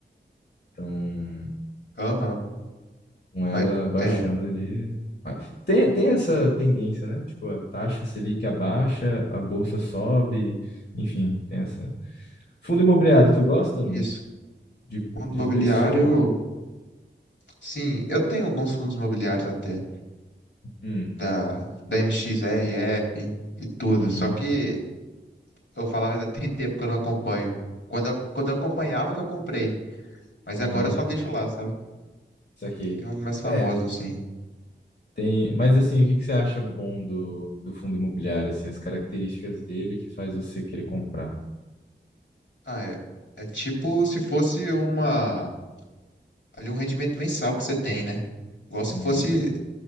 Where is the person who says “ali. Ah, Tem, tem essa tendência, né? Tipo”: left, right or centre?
Left